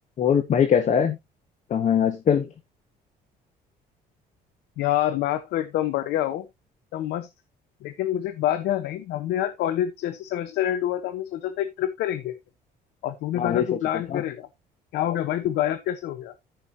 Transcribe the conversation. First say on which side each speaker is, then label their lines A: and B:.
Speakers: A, on the left; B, on the left.
A: और भाई कैसा है कहाँ है आजकल
B: यार मैं तो एकदम बढ़िया हूँ एकदम मस्त लेकिन मुझे एक बात ध्यान आई हमने यार कॉलेज जैसे सेमेस्टर एंड हुआ था हमने सोचा था एक ट्रिप करेंगे और तूने
A: हाँ
B: कहा
A: भाई
B: था
A: सोचा
B: तू प्लान
A: तो था
B: करेगा क्या हो गया भाई तू गायब कैसे हो गया